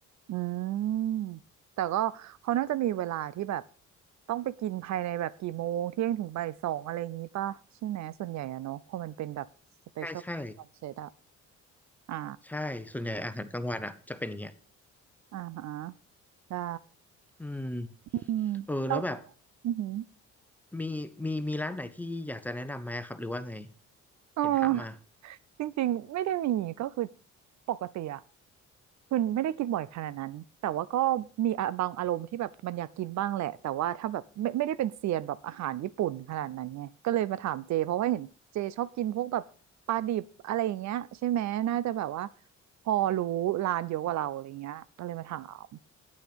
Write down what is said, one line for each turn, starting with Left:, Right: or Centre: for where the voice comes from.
Right: อืมแต่ก็เขาน่าจะมีเวลาที่แบบต้องไปกินภายในแบบกี่โมงเที่ยงถึงบ่ายสองอะไรอย่างนี้ป่ะใช่ไหมส่วนใหญ่อะเนาะเพราะมันเป็นแบบสเปเชียลคอนเซ็ปต์อะ
Centre: ใช่ใช่
Right: อ่า
Centre: ใช่ส่วนใหญ่อาหารกลางวันอะจะเป็นอย่างเงี้ย
Right: อ่าฮะได้
Centre: อืม
Right: อืมเรา
Centre: เออแล้วแบบ
Right: อือหือ
Centre: มีมีมีร้านไหนที่อยากจะแนะนำไหมครับหรือว่าไง
Right: อ๋อ
Centre: เห็นถามมา
Right: จริงๆไม่ได้มีก็คือปกติอะ คือไม่ได้กินบ่อยขนาดนั้นแต่ว่าก็มีอะบางอารมณ์ที่แบบมันอยากกินบ้างแหละแต่ว่าถ้าแบบไม่ไม่ได้เป็นเซียนแบบอาหารญี่ปุ่นขนาดนั้นไงก็เลยมาถามเจเพราะว่าเห็นเจชอบกินพวกแบบปลาดิบอะไรอย่างเงี้ยใช่ไหมน่าจะแบบว่าพอรู้ร้านเยอะกว่าเราอะไรเงี้ยก็เลยมาถาม